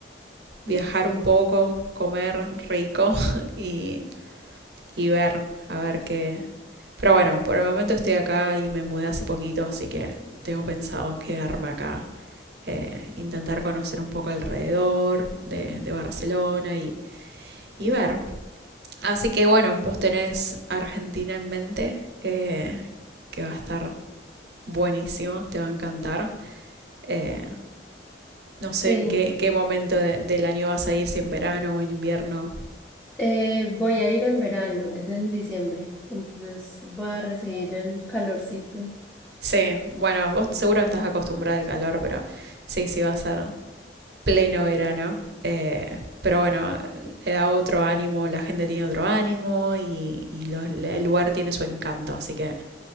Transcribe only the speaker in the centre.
Sí,
eh, voy a ir en verano, es en diciembre, entonces voy a recibir el calorcito.